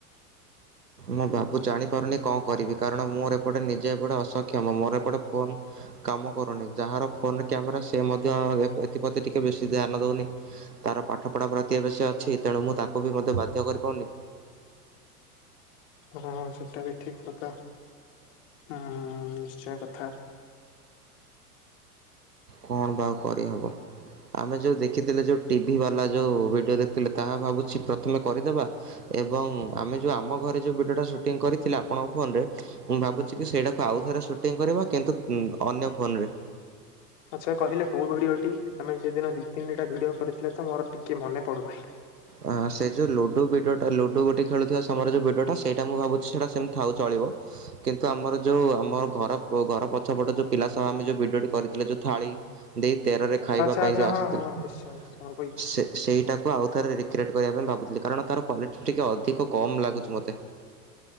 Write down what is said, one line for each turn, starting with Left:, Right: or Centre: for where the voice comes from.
Right: ମୁଁ ବାବୁ ଜାଣିପାରୁନି କଣ କରିବି? କାରଣ ମୋର ଏପଟେ ନିଜେ ଏପଟେ ଅସକ୍ଷମ ମୋର ଏପଟେ ଫୋନ୍ କାମ କରୁନି ଯାହାର ଫୋନ କ୍ୟାମେରା ସେ ମଧ୍ୟ ଏଥିପ୍ରତି ଟିକେ ବେଶୀ ଧ୍ୟାନ ଦେଉନି ତାର ପାଠପଢ଼ା ପ୍ରତି ବେଶୀ ଅଛି ତେଣୁ ମୁଁ ତାକୁ ବି ମଧ୍ୟ ବାଧ୍ୟ କରିପାରୁନି।
Left: ହଁ ସେଟା ବି ଠିକ କଥା ହୁଁ ନିଶ୍ଚୟ କଥା।
Right: କଣ ବା ଆଉ କରିହେବ ଆମେ ଯଉ ଦେଖିଥିଲେ ଯେଉ ଟିଭି ବାଲା ଯଉ ଭିଡ଼ିଓ ଦେଖିଥିଲେ ତାହା ଭାବୁଛି ପ୍ରଥମେ କରିଦେବା ଏବଂ ଆମେ ଯେଉଁ ଆମ ଘରେ ଯେଉଁ ଭିଡ଼ିଓଟା ସୁଟିଂ କରିଥିଲେ ଆପଣଙ୍କ ଫୋନରେ ମୁଁ ଭାବୁଛି କି ସେଇଟାକୁ ଆଉଥରେ ସୁଟିଂ କରିବା କିନ୍ତୁ ଅନ୍ୟ ଫୋନରେ।
Left: ଆଚ୍ଛା କହିଲେ କୋଉ ଭିଡ଼ିଓଟି ଆମେ ସେଦିନ ଦୁଇ ତିନିଟା ଭିଡ଼ିଓ କରିଥିଲେ ତ ମୋର ଟିକେ ମନେ ପଡୁନାହିଁ।
Right: ହ ସେ ଯୋଉ ଲୁଡୁ ବିଡିଓ ଟା ଲୁଡୁ ଗୋଟି ଖେଳୁଥିବା ସମୟରେ ଯୋଉ ବିଡିଓଟା ସେଇଟା ମୁଁ ଭାବୁଛି ସେଟା ସେମିତି ଥାଉ ଚଳିବ କିନ୍ତୁ ଆମର ଯୋଉ ଆମର ଘର ଘର ପଛପଟ ଯୋଉ ପିଲା ସହ ଆମେ ଯୋଉ ଭଡିଓଟି କରିଥିଲେ ଯଉ ଥାଳି ଦେଇ ତେରରେ ଖାଇବା
Left: ଆଚ୍ଛା
Right: ପାଇଁ
Left: ଆଚ୍ଛା
Right: ଯଉ ଆସୁଥୁଲେ
Left: ହଁ ହଁ ନିଶ୍ଚୟ ନିଶ୍ଚୟ କହିବି।
Right: ସେ-ସେଇଟାକୁ ଆଉଥରେ। କ୍ରିଏଟ୍ କରିବା ପାଇଁ ଭାବୁଥିଲି କାରଣ ତାର କ୍ୱାଲିଟି ଟିକିଏ ଅଧିକ କମ୍ ଲାଗୁଛି ମୋତେ।